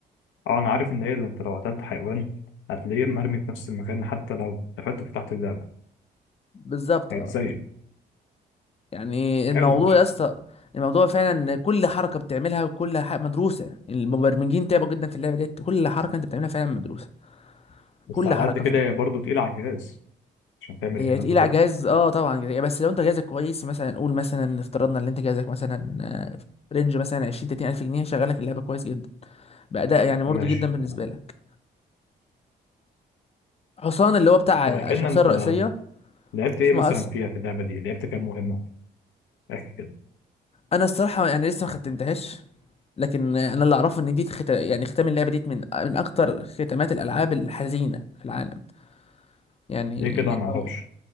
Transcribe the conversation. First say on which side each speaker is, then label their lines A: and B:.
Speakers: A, on the left (about 80°); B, on the left (about 30°).
A: اه انا عارف ان هي اللي انت لو قتلت حيوان هتلاقيه مرمي في نفس المكان حتى لو قفلت وفتحت اللعبه
B: بالظبط
A: هيتسيب
B: اه يعني الموضوع
A: حلو ماشي
B: يا اسطى الموضوع فعلا إن كل حركه بتعملها وكل ح- مدروسه المبرمجين تعبوا جدا في اللعبه ديت كل حركه انت بتعملها فعلا مدروسه
A: بس
B: كل
A: على
B: حركه
A: قد كده هي برضه تقيله على الجهاز عشان تعمل
B: هي
A: الكلام
B: تقيلة
A: ده كله
B: على الجهاز اه طبعا هي بس لو انت جهازك كويس مثلا قول مثلا افترضنا ان انت جهازك مثلا آه، في رينج مثلا 20 30 الف جنيه شغالك اللعبة كويس جدا بأداء يعني مرضي
A: ماشي
B: جدا بالنسبة
A: تمام
B: لك حصان اللي هو بتاع
A: طب احكي
B: الشخصية
A: لنا انت
B: الرئيسية
A: لعبت ايه
B: اسمه
A: مثلا
B: ارثر
A: فيها في اللعبه دي لعبت كام مهمه احكي كده
B: انا الصراحة يعني لسه ما ختمتهاش لكن آه، انا اللي اعرفه ان دي خت... يعني ختام اللعبة دي من من اكتر ختامات الالعاب الحزينة في العالم يعني
A: ليه كده
B: لانه
A: ما اعرفش